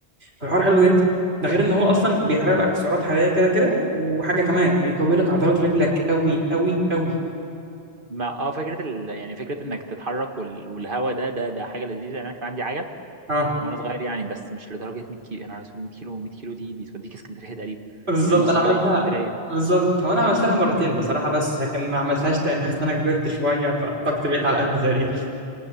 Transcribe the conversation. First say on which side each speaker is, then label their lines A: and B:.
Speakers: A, on the right; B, on the right.
A: فالحوار حلو جدا ده غير ان هو اصلا بيحرق لك سعرات حراريه كده كده وحاجه كمان بيقوي لك عضلات رجلك قوي قوي قوي
B: ما اه فكره ال... يعني فكره انك تتحرك وال... والهوا ده ده ده حاجه لذيذه يعني انا كان عندي عجل
A: اه
B: وانا صغير يعني بس مش لدرجه 100 كيلو انا رسول 100 كيلو 100 كيلو دي دي توديك اسكندريه تقريبا
A: بالظبط
B: يعني نص
A: انا
B: الطريق
A: عملتها
B: اسكندريه
A: بالظبط هو انا عملتها مرتين بصراحه بس لكن ما عملتهاش تاني حاسس ان انا كبرت شويه فطاقتي بقت على قد تقريبا <laughs>